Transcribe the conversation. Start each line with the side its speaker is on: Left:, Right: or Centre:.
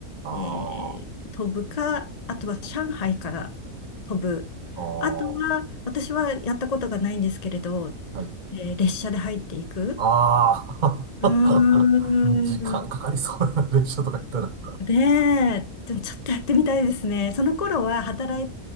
Right: あ
Left: えー飛ぶか、あとは上海から飛ぶ。
Right: あ、ああ、
Left: あとは、私はやったことがないんですけれど、
Right: はい。
Left: えー列車で入っていく。
Right: ああ、<laughs>
Left: うーん。
Right: 時間かかりそうやな、列車とか言ったら。
Left: ねえ、ちょちょっとやってみたいですね。その頃は働い